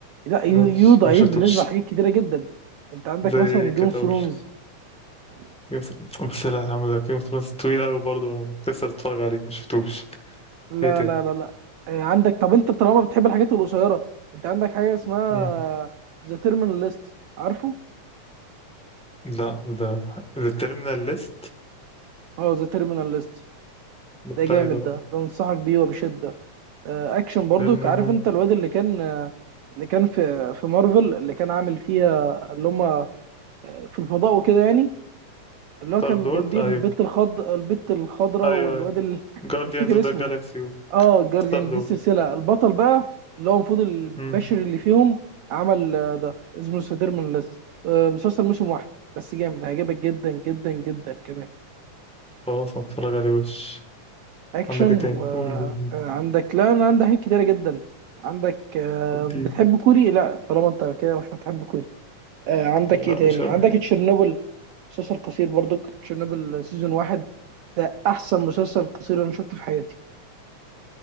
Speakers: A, on the right (about 80°); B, in the centre.
A: لا يو
B: ماشي
A: يو ضعيف
B: ما شفتوش
A: بالنسبه لحاجات كتيره جدا انت عندك
B: زي
A: مثلا
B: إيه كده
A: جيم اوف
B: أقول
A: ثرونز يعني
B: يس- بس بس لا يا عم ده جيم اوف ثرونز طويل أوي برضه مكسر تتفرج عليه ما شفتوش
A: لا
B: إيه تاني
A: لا لا لا آه، عندك طب انت طالما بتحب الحاجات القصيره انت عندك حاجه اسمها
B: مم.
A: ذا تيرمينال ليست عارفه
B: لا ده ده تيرمينال ليست
A: اه ذا تيرمينال ليست
B: ده بتاعي
A: ده جامد
B: ده بقى
A: ده ده انصحك بيه وبشده آه، اكشن برضو
B: تيرمينال
A: عارف انت الواد اللي كان آه، اللي كان في في مارفل اللي كان عامل فيها اللي هم في الفضاء وكده يعني اللي هو
B: ستار
A: كان
B: لورد
A: جنبيه
B: أيوه
A: البت الخض البت الخضراء
B: أيوه
A: والواد
B: أيوه
A: ال... <laughs>
B: جارديانز
A: مش فاكر
B: أوف
A: اسمه
B: ذا جالاكسي
A: اه جارديان
B: ستار لورد
A: دي السلسله البطل بقى اللي هو المفروض البشري
B: مم.
A: اللي فيهم عمل آه، ده اسمه ذا تيرمينال ليست آه، مسلسل موسم واحد بس جامد هيعجبك جدا جدا جدا كمان
B: خلاص هتفرج عليه وش
A: اكشن
B: عندك إيه تاني
A: وعندك
B: قول قول قول.
A: لا انا عندي حاجات كتيره جدا عندك آه،
B: ادي
A: بتحب كوري لا طالما انت كده مش هتحب كوري آه، عندك
B: لا
A: ايه تاني
B: مش هو.
A: عندك تشيرنوبل مسلسل قصير برضو تشيرنوبل سيزون واحد ده احسن مسلسل قصير انا شفته في حياتي